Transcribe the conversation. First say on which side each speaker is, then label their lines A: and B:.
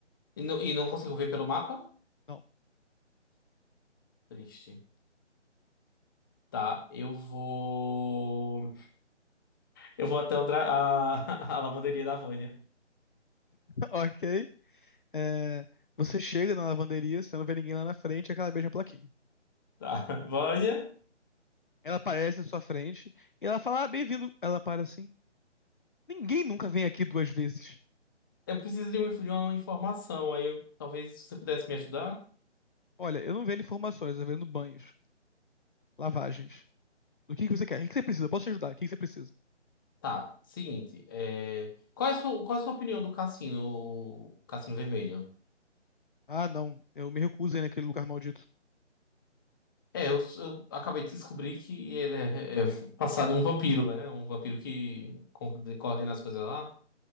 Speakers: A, on the left; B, on the left.
A: E, não- e não consigo ver pelo mapa?
B: Não.
A: Triste. Tá, eu vou. Eu vou até o dra- a, <laughs> a lavanderia da Vânia.
B: Ok. É, você chega na lavanderia, você não vê ninguém lá na frente, é que beija a plaquinha.
A: Tá. <laughs> Vânia,
B: Ela aparece na sua frente e ela fala: Ah, bem-vindo. Ela para assim. Ninguém nunca vem aqui duas vezes.
A: eu preciso de, um- de uma informação. Aí eu- talvez você pudesse me ajudar.
B: Olha, eu não vendo informações, eu vendo banhos, lavagens. O que que você quer? O que que você precisa? Eu posso te ajudar? O que que você precisa?
A: Tá, seguinte. é, Qual é a sua, qual é a sua opinião do cassino, Cassino Vermelho?
B: Ah, não, eu me recuso aí naquele lugar maldito.
A: É, eu, eu acabei de descobrir que ele é, é é passado um vampiro, né? Um vampiro que co- coordena as coisas lá.